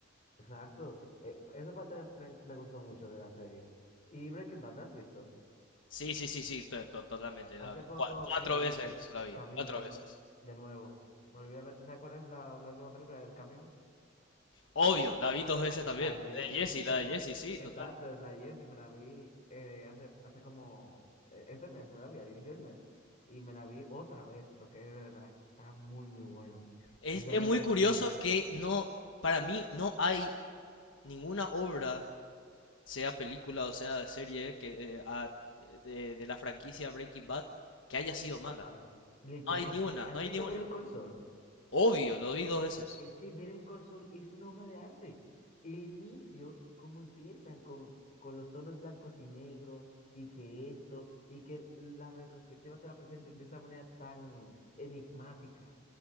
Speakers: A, on the left; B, on the left.
A: exacto. Eh, esa parte me, me me gustó mucho de la serie. ¿Y Breaking Bad, la has visto?
B: Sí, sí, sí, sí, to- to- totalmente,
A: Hace
B: la vi.
A: poco
B: Cua- Cuatro
A: me vi
B: veces la
A: El
B: vi,
A: Camino
B: cuatro veces.
A: de nuevo. Me olvidé ver, ¿sabes cuál es la, la última película del Camino?
B: Obvio, la vi dos veces también.
A: La de
B: La
A: Jesse.
B: de Jesse,
A: Ye- Es,
B: la de Jesse, sí,
A: exacto,
B: total.
A: es la de Jesse. Me la vi eh, hace, hace como eh, este mes, me la vi al inicio del mes. Y me la vi otra vez porque de verdad está muy, muy buena.
B: Es,
A: Sinceramente,
B: es muy curioso
A: me gustó.
B: que no, para mí no hay ninguna obra sea película o sea serie que, eh, a- de, de la franquicia Breaking Bad que haya sido mala.
A: Semana. Literal,
B: No hay ni una,
A: ¿has
B: no hay
A: visto
B: ni una.
A: Ver el Sol?
B: Obvio, lo vi dos veces.
A: Es que ver el col es una obra de arte. El inicio, cómo empiezan con, con los tonos blancos y negros, y que esto, y que el- la retrospectiva te la presenten de esa manera tan enigmática.